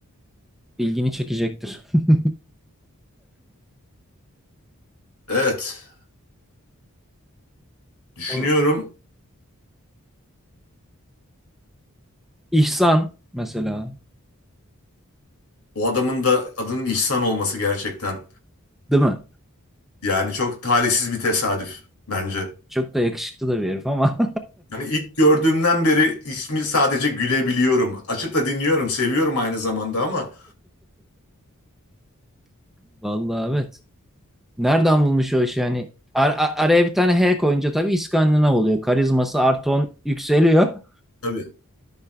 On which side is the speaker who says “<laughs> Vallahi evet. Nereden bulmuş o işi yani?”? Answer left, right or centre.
Centre